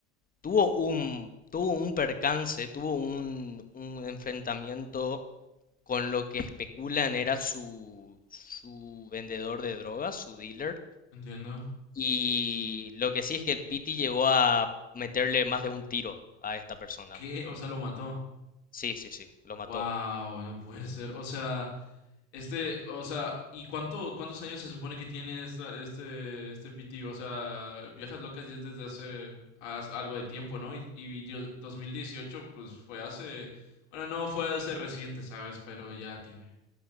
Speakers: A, on the left; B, on the left.
A: tuvo un, tuvo un percance, tuvo un, un enfrentamiento con lo que especulan era su, su vendedor de drogas, su dealer.
B: Entiendo.
A: Y lo que sí es que el Pity llegó a meterle más de un tiro a esta persona.
B: ¿Qué? O sea, lo mató.
A: Sí, sí, sí, lo mató.
B: Wow, no puede ser. O sea, este, o sea, ¿y cuánto, cuántos años se supone que tiene esta, este, este PT? O sea, Viejas Locas ya es desde hace as- algo de tiempo, ¿no? Y, y dio- 2018, pues fue hace, bueno, no fue hace reciente, ¿sabes? Pero ya tiene,